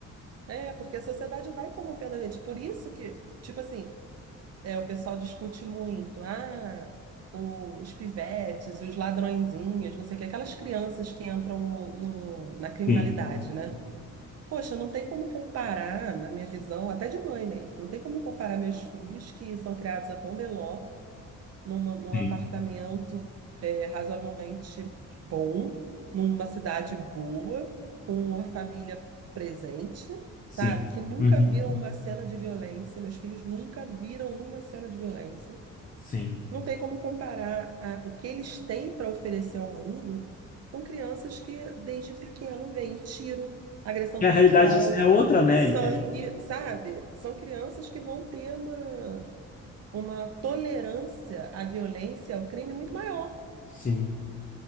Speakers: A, on the right; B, on the left.
A: É, porque a sociedade vai corrompendo a gente. Por isso que, tipo assim, é, o pessoal discute muito. Ah, o- os pivetes, os ladrõezinhos, não sei o que, aquelas crianças que entram no, no- na criminalidade,
B: Sim,
A: né? Poxa, não tem como comparar, na minha visão, até de mãe mesmo, não tem como comparar meus filhos que são criados a pão de ló numa- num
B: sim,
A: apartamento é, razoavelmente bom, numa cidade boa, com a família presente,
B: sim.
A: sabe? Que nunca
B: Uhum,
A: viram uma cena de violência, meus filhos nunca viram uma cena de violência.
B: sim.
A: Não tem como comparar a- o que eles têm para oferecer ao mundo com crianças que desde pequeno veem tiro, agressão
B: E
A: policial,
B: a realidade é outra, né?
A: sangue,
B: É-
A: sabe? São crianças que vão ter uma uma tolerância à violência, ao crime muito maior,
B: Sim,